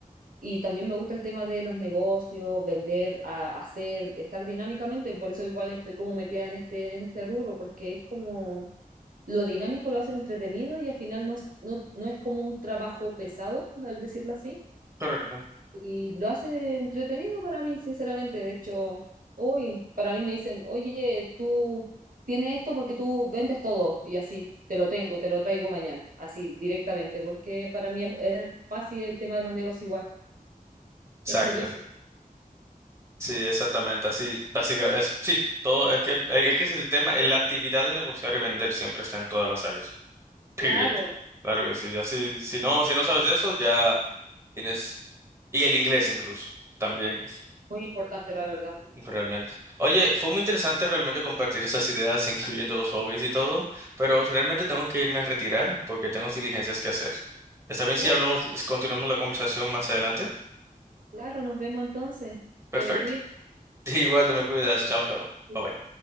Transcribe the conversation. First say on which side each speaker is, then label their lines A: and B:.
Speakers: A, on the right; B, on the right.
A: Y también me gusta el tema de los negocios, vender, a- hacer, estar dinámicamente, por eso igual estoy como metida en este, en este rubro, porque es como lo dinámico lo hace entretenido y al final no, no, no es como un trabajo pesado, al decirlo así.
B: Correcto.
A: Y lo hace entretenido para mí, sinceramente. De hecho, hoy para mí me dicen, oye, tú tienes esto porque tú vendes todo y así te lo tengo, te lo traigo mañana, así directamente, porque para mí es, es fácil el tema de los negocios igual.
B: Exacto.
A: Es curioso.
B: Sí, exactamente, así, básicamente, es, sí, todo, es que, e-, es que es el tema, eh, la actividad de negociar y vender siempre está en todas las áreas, period,
A: Claro,
B: claro que sí, así, si no, si no sabes eso, ya tienes, y el inglés incluso, también,
A: muy importante la verdad.
B: realmente. Oye, fue muy interesante realmente compartir esas ideas, incluyendo los hobbies y todo, pero realmente tengo que irme a retirar porque tengo diligencias que hacer. ¿Está bien si
A: Claro,
B: hablamos, continuamos la conversación más adelante?
A: claro, nos vemos entonces.
B: Perfecto,
A: Te me cuidas.
B: <laughs> igual te me cuidas, chao, chao,
A: <laughs>
B: bye bye.